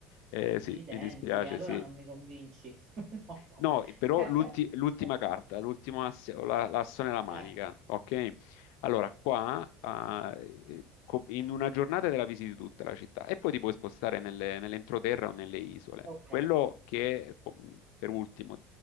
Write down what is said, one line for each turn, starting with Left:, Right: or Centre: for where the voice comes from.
Left: Eh, sì,
Right: Accidenti,
Left: mi dispiace,
Right: allora
Left: sì.
Right: non mi convinci. <laughs> No.
Left: No, però
Right: Eh,
Left: l'ulti-
Right: beh,
Left: l'ultima
Right: eh,
Left: carta, l'ultimo asse, o la- l'asso nella manica,
Right: eh,
Left: ok? Allora, qua, ah, eh, co- in una giornata te la visiti tutta la città e poi ti puoi spostare nelle- nell'entroterra o nelle isole.
Right: ok.
Left: Quello che, co- per ultimo,